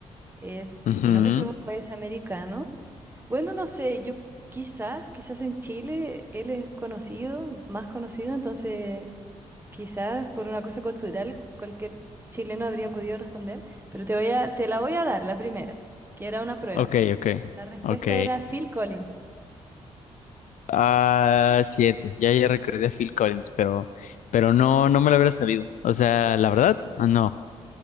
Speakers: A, on the right; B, on the left.
A: Es, si
B: Ujú.
A: no me equivoco, es americano. Bueno, no sé, yo quizás, quizás en Chile él es conocido, más conocido, entonces quizás por una cosa cultural cualquier chileno habría podido responder, pero te voy a, te la voy a dar, la primera, que era una prueba.
B: Ok, ok,
A: La respuesta
B: ok.
A: era Phil Collins.
B: Ah, cierto. Ya, ya recordé a Phil Collins, pero, pero no, no me lo hubiera sabido. O sea, la verdad,
A: Ujú.
B: Ah, no.